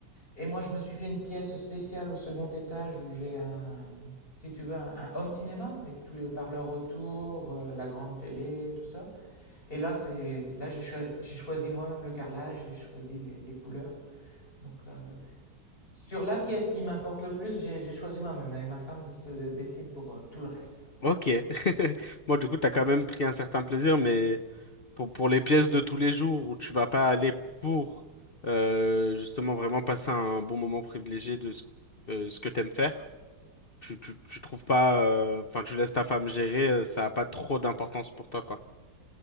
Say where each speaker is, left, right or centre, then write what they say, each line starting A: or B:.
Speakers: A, on the left; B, on the left.
A: Et moi, je me suis fait une pièce spéciale au second étage où j'ai un, si tu veux, un, un home cinéma avec tous les haut-parleurs autour, euh, la grande télé, tout ça. Et là, c'est, là, j'ai cho- j'ai choisi moi-même le carrelage, j'ai choisi les, les couleurs. Donc là, euh, sur la pièce qui m'importe le plus, j'ai j'ai choisi moi-même et ma femme se décide pour euh, tout le reste.
B: Ok. <laughs> Bon, du coup, t'as quand même pris un certain plaisir, mais pour, pour les pièces de tous les jours où tu vas pas aller pour euh, justement vraiment passer un bon moment privilégié de ce, euh, ce que t'aimes faire, tu, tu, tu trouves pas, euh, enfin, tu laisses ta femme gérer, euh, ça a pas trop d'importance pour toi, quoi.